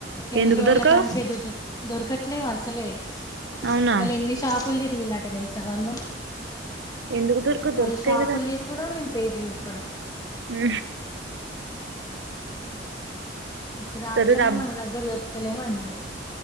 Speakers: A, on the left; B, on the right.
A: ఎన్ని
B: ఎందుకు
A: రోజుల
B: దొరకవు
A: కాంచే దొరక దొరకట్లేవు అసలే
B: అవునా
A: వాళ్ళు ఎన్ని షాపులు తిరిగిలాట్ట తెలుసా వాళ్ళు
B: ఎందుకు దొరకవు
A: వాళ్ళ
B: దొరుకుతాయి
A: షాపుల్ తిరుగుడు నేను పేర్లు చెప్పడం
B: ఆ
A: ఇప్పుడు రాట్లేదు
B: తొర్రూరు అబ్
A: మన దగ్గర దొరుకుతలేమో అన్నాడు